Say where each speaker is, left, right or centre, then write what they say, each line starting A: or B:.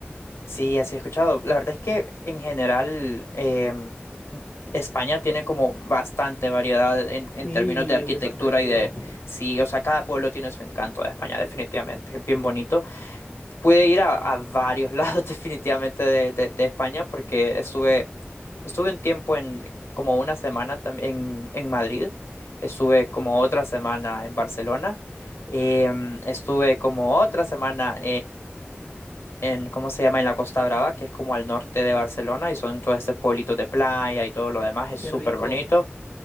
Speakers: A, on the left; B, on the left.
A: Sí, así he escuchado. La verdad es que en general em, España tiene como bastante variedad en, en
B: Sí,
A: términos de arquitectura
B: me sorprendió.
A: y de... Sí, o sea, cada pueblo tiene su encanto de España, definitivamente. Es bien bonito. Pude ir a, a varios <laughs> lados definitivamente de, de- de España porque estuve, estuve un tiempo en, como una semana también en, en Madrid. Estuve como otra semana en Barcelona. Em, estuve como otra semana en, ¿cómo se llama? En la Costa Brava, que es como al norte de Barcelona, y son todos estos pueblitos de playa y todo lo demás, es súper
B: Qué rico.
A: bonito.